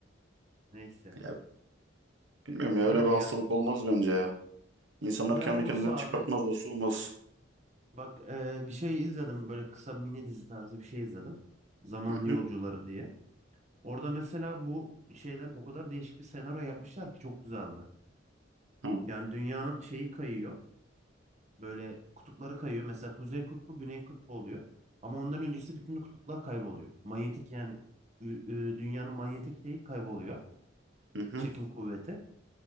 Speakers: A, on the right (about 40°); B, on the right (about 80°).
A: Neyse.
B: Ya Bilmiyorum
A: Yani
B: ya öyle bir hastalık
A: ya
B: olmaz bence ya. İnsanlar
A: ben
B: kendi
A: olursa
B: kendine
A: abi
B: çıkartmazlar soğumaz.
A: bak e, bir şey izledim böyle kısa mini dizi tarzı bir şey izledim. Zaman
B: Hı
A: Yolcuları
B: hı.
A: diye. Orada mesela bu şeyden o kadar değişik bir senaryo yapmışlar ki çok güzeldi.
B: Hı
A: Yani dünyanın şeyi kayıyor. Böyle kutupları kayıyor. Mesela Kuzey Kutbu, Güney Kutbu oluyor. Ama ondan öncesi bütün kutuplar kayboluyor. Manyetik yani ü- ü, dünyanın manyetik şeyi kayboluyor.
B: hı. hı.
A: Çekim kuvveti.